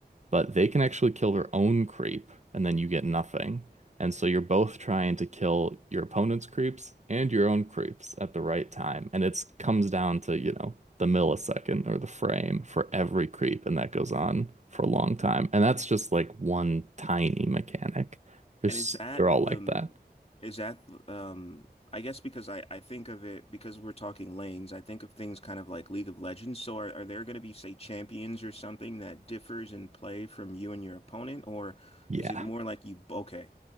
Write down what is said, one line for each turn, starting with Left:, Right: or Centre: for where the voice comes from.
Right: but they can actually kill their own creep and then you get nothing. And so you're both trying to kill your opponent's creeps and your own creeps at the right time. And it's comes down to, you know, the millisecond or the frame for every creep, and that goes on for a long time. And that's just like one tiny mechanic. There's,
Left: And is that
Right: they're all
Left: the
Right: like that.
Left: is that um I guess because I I think of it because we're talking lanes, I think of things kind of like League of Legends. So are, are there going to be say champions or something that differs in play from you and your opponent or
Right: Yeah.
Left: is it more like you okay.